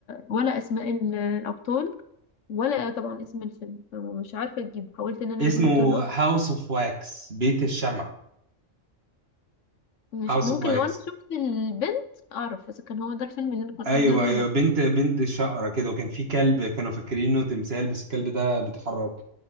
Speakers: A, on the left; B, on the right.
A: ولا اسماء ال- الابطال ولا طبعا اسم الفيلم فمش عارفه اجيبه حاولت ان انا
B: اسمه
A: اجيبه طول الوقت
B: هاوس اوف واكس بيت الشمع
A: مش
B: هاوس
A: ممكن
B: اوف واكس
A: لو انا شفت البنت اعرف اذا كان هو ده الفيلم اللي انا كان
B: ايوه
A: قصدي عليه
B: ايوه
A: ولا لأ.
B: بنت بنت شقرة كده وكان في كلب كانوا فاكرينه تمثال بس الكلب ده بيتحرك